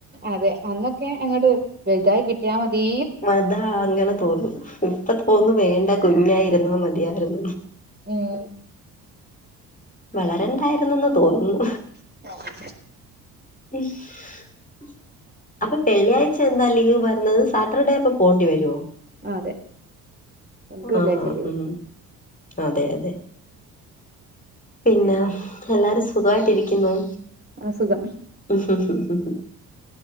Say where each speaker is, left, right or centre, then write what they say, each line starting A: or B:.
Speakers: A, on the right; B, on the left.
A: അതെ അന്നൊക്കെ അങ്ങോട്ട വലുതായി കി ട്ടിയമതി
B: മതാ അങ്ങനെ തോന്നുന്നു ഇപ്പ തോന്നുന്നു
A: ഉം
B: വേണ്ട കുഞ്ഞായിരുന്ന മതിയായിരുന്നു
A: ഉം
B: വളരണ്ടായിരുന്നുന്ന് തോന്നുന്നു.
A: <unintelligible>
B: <unintelligible> അപ്പൊ വെള്ളിയാഴ്ച എന്താ ലീവ് വരുന്നത്? സാറ്റർഡേ അപ്പൊ പോണ്ടി വരുവോ?
A: അതെ എനിക്ക് വെള്ളിയാഴ്ച
B: ആഹ
A: ലീവ്
B: ഉം അതെ അതെ. പിന്നെ, എല്ലാരും സുഖായിട്ടിരിക്കുന്നുവോ?
A: ആ സുഖം
B: ഹും ഹും ഹും